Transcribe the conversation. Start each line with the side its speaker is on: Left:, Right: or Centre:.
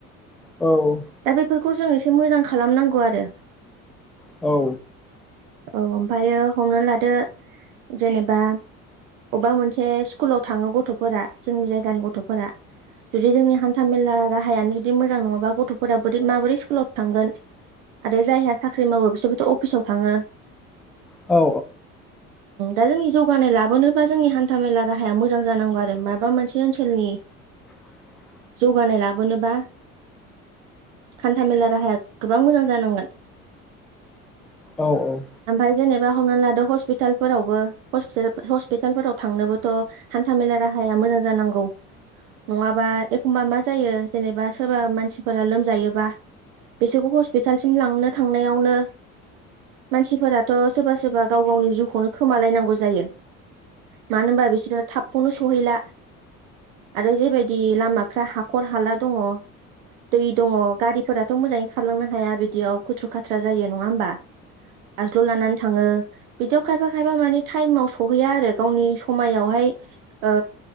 Centre: औ
Right: दा बेफोरखौ जों इसे मोजां खालामनांगौ आरो
Centre: औ
Right: औ ओमफ्रायो हमना लादो जेनेबा अबेबा मोनसे स्कुलाव थांङो गथफोरा जोंनि जायगानि गथफोरा जुदि जोंनि हान्था मेला राहायानो जुदि मोजां नङाबा गथफोरा बोरै माबोरै स्कुलाव थांगोन आरो जायहा साख्रि मावो बिसोरबोथ अफिसाव थाङो
Centre: औ औ
Right: दा जोंनि जौगानाय लाबोनोबा जोंनि हान्था मेला राहाया मोजां जानांगौ आरो माबा मोनसे ओनसोलनि
Centre: <inaudible>
Right: जौगानाय लाबोनोबा हान्थामेला राहाया गोबां मोजां जानांगोन
Centre: औ औ
Right: ओमफ्रायफ्राय जेनेबा नानै ला हस्पिटालाव हस्पिटालफोरावांनोबोथ' हान्था मेला राहाया मोजां मोजां जांगौ नंङाबा एखमबा मा जायो जेनेबा सोरबा मानसिफोरा लोमजायोबा बिसोरखौ हस्पिटालसिम लांनो थांनायावनो मानसिफोराथ सोरबा सोरबा गाव गावनि जिउखौनो खोमालायनांगौ जायो मानो होनबा बिसोरो थाबखौनो सहैला आरो जेबायदि लामा फ्राय हाखर हाला दंङ दै दङ गारिफोराथ' मोजाङै खालामलांनो हाया बिदियाव खुथ्रु खाथ्रा जायो नङा होमबा? बासल' लानानै थाङो बिदियाव खायफा खायफा माने टाइमाव सहैया आरो गावनि समायावहाय ओ